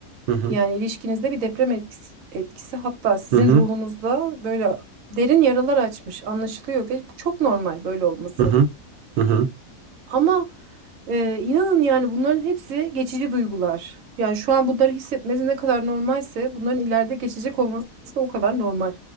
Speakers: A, on the right; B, on the right.
A: hı hı,
B: Yani ilişkinizde bir deprem etkisi, etkisi hatta sizin
A: hı hı,
B: ruhunuzda böyle derin yaralar açmış anlaşılıyor ve bu çok normal böyle olması.
A: hı hı, hı
B: Ama e, inanın yani bunların hepsi geçici duygular. Yani şu an bunları hissetmesi ne kadar normalse bunların ileride geçecek olması da o kadar normal.